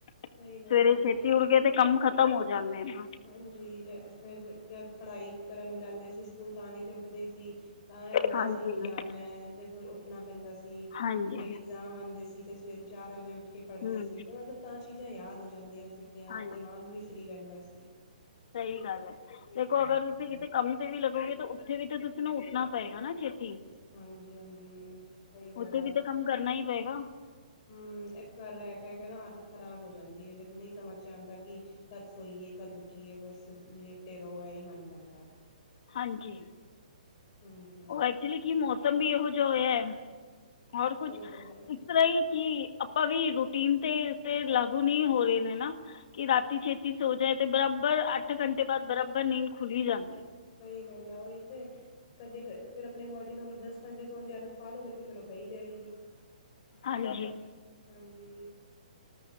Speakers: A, on the left; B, on the left.
A: ਸਵੇਰੇ
B: ਸਹੀ ਗੱਲ ਆ
A: ਛੇਤੀ
B: ਸਹੀ
A: ਉਠ
B: ਗੱਲ
A: ਗੇ ਤੇ
B: ਆ
A: ਕੰਮ ਖਤਮ ਹੋ ਜਾਂਦੇ ਨੇ ਨਾ
B: ਹਾਂਜੀ ਜ ਫੇਰ ਜਦ ਪੜ੍ਹਾਈ ਕਰਨ ਜਾਂਦੇ ਸੀ ਸਕੂਲ ਤਾਂ ਵੀ ਤੇ ਉੱਠਦੇ ਈ ਸੀ ਤਾਂ ਇਹ ਹੁੰਦਾ
A: ਹਾਂਜੀ
B: ਸੀ ਕਿ ਜਾਣਾ ਹੈ ਤੇ ਫਿਰ ਉੱਠਣਾ ਪੈਂਦਾ ਸੀ
A: ਹਾਂਜੀ
B: ਹੁਣ ਜਦ ਇਗਜ਼ਾਮ ਆਉਂਦੇ ਸੀ ਤੇ ਸਵੇਰੇ ਚਾਰ ਵਜੇ ਉੱਠ ਕੇ ਪੜ੍ਹਦੇ
A: ਹੂੰ
B: ਸੀ ਤਾਂ ਮਤਲਬ ਤਾਂ ਚੀਜ਼ਾਂ ਯਾਦ ਹੋ ਜਾਂਦੀਆਂ ਸੀਗੀਆਂ
A: ਹਾਂਜੀ
B: ਔਰ ਦਿਮਾਗ ਵੀ ਫਰੀ ਰਹਿੰਦਾ ਸੀ।
A: ਸਹੀ ਗੱਲ ਹੈ ਦੇਖੋ ਅਗਰ ਤੁਸੀਂ ਕਿਤੇ ਕੰਮ ਤੇ ਵੀ ਲੱਗੋਗੇ ਤਾਂ ਉੱਥੇ ਵੀ ਤਾਂ ਤੁਸੀਂ ਨੂੰ ਉੱਠਣਾ ਪਏਗਾ ਨਾ ਛੇਤੀ
B: ਹਾਂਜੀ ਹਾਂਜੀ ਸਹੀ ਗੱਲ
A: ਉੱਥੇ
B: ਆ
A: ਵੀ ਤਾਂ ਕੰਮ ਕਰਨਾ ਹੀ ਪਏਗਾ
B: ਹਮ ਇੱਕ ਘਰ ਰਹਿ ਕੇ ਕੇ ਨਾ ਆਦਤ ਖਰਾਬ ਹੋ ਜਾਂਦੀ ਹੈ ਫੇਰ ਨਹੀਂ ਸਮਝ ਚ ਆਉਂਦਾ ਕਿ ਕਦ ਸੋਈਏ ਕਦ ਉੱਠੀਏ ਬਸ ਲੇਟੇ ਰਹੋ ਏਹੀ ਮਨ ਕਰਦੈ
A: ਹਾਂਜੀ
B: ਹਾਂਜੀ
A: ਉਹ ਐਕਚੁਲੀ ਕਿ ਮੌਸਮ ਵੀ ਇਹੋ ਜਿਆ ਹੋਇਆ ਹੈ ਔਰ ਕੁੱਛ
B: ਸਹੀ ਗੱਲ ਆ
A: ਇਸ ਤਰ੍ਹਾਂ ਹੀ ਕਿ ਆਪਾਂ ਵੀ ਰੂਟੀਨ ਤੇ ਤੇ ਲਾਗੂ ਨਹੀਂ ਹੋ ਰਹੇ ਨੇ ਨਾ ਕਿ ਰਾਤੀ ਛੇਤੀ ਸੋ ਜਾਏ ਤੇ ਬਰਾਬਰ ਅੱਠ ਘੰਟੇ ਬਾਅਦ ਬਰਾਬਰ ਨੀਂਦ ਖੁੱਲ ਹੀ ਜਾਂਦੀ ਹੈ।
B: ਸਹੀ ਗੱਲ ਹੈ ਉਹੀ ਤੇ ਕਦੀ ਕਦੀ ਫੇਰ ਆਪਣੀ ਬੋਡੀ ਦਿਨ ਨੂੰ ਹੋਰ ਦਸ ਘੰਟੇ ਸੌਣ ਦੀ ਆਦਤ ਪਾਲੋ ਗੇ ਤੇ ਫੇਰ ਉਹ ਪਈ ਜਾਏਗੀ
A: ਹਾਂਜੀ
B: ਹਾਂਜੀ